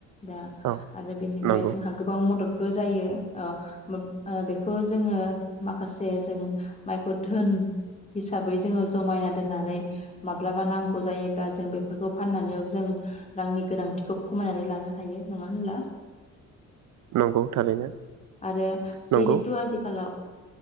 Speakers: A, on the left; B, on the right.
A: दा
B: औ
A: आरो निफ्राय
B: नंगौ
A: जोंहा गोबां मददबो जयो ओ माब ओ बेखौ जोङो माखासे जों माइखौ धोन हिसाबै जोङो जमायना दोननानै माब्लाबा नांगौ जायोब्ला जों बेफोरखौ फाननानैबाबो जों रांनि गोनांथिखौ खमायनानै लानो हायो नङा होनब्ला।
B: नंगौ थारैनो
A: आरो
B: नंगौ
A: जिहेतु आजिखालाव